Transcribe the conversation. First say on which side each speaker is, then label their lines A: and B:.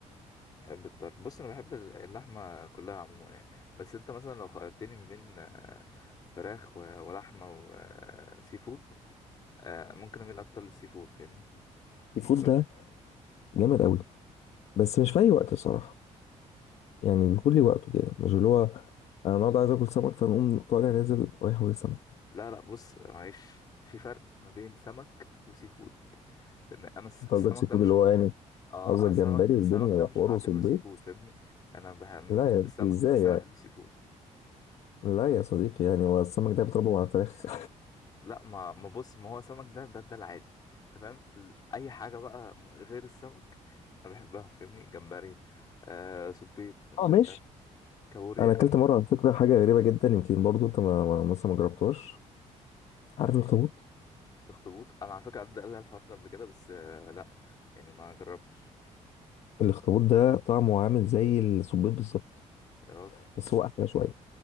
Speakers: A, on the left; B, on the left.
A: بحب الطرب بص انا بحب ال- اللحمه كلها عموما يعني بس انت مثلا لو خيرتني ما بين آه، فراخ و- ولحمه وسي فود آه، ممكن اميل اكتر للسي فود فاهمني
B: الفود
A: وإن-
B: ده جامد قوي بس مش في اي وقت الصراحه يعني بكل وقته كده مش اللي هو انا النهارده عايز اكل سمك فنقوم طالع نازل رايح واكل سمك
A: لا لا بص معلش في فرق ما بين سمك وسي فود لان انا الس-
B: انت
A: السمك
B: قصدك سي فود
A: ده مش
B: اللي هو يعني
A: اه
B: قصدك
A: انا السمك
B: جمبري
A: السمك
B: والدنيا
A: ده
B: وحوار
A: مش بعتبره
B: وصبيط
A: سي فود فاهمني انا بح... مش
B: لا
A: بحب
B: يا
A: السمك
B: ازاي
A: بس انا
B: يعني
A: بحب السي فود
B: لا يا صديقي يعني هو السمك ده بيتربى على الفراخ
A: لا ما ما بص ما هو سمك ده ده ده العادي انت فاهم ال- اي حاجه بقى م- غير السمك انا بحبها فاهمني جمبري آه سبيط
B: <laughs>
A: انت
B: اه ماشي
A: فاهم كابوريا
B: انا اكلت مره على فكره حاجه غريبه جدا يمكن برضو انت ما ما- مثلا ما جربتهاش عارف
A: ايه
B: الاخطبوط
A: الاخطبوط انا على فكره عدى قال لي الحوار ده قبل كده بس آه لا يعني ما جربتش
B: الاخطبوط ده طعمه عامل زي السبيط بالظبط
A: يا راجل
B: بس هو احلى شويه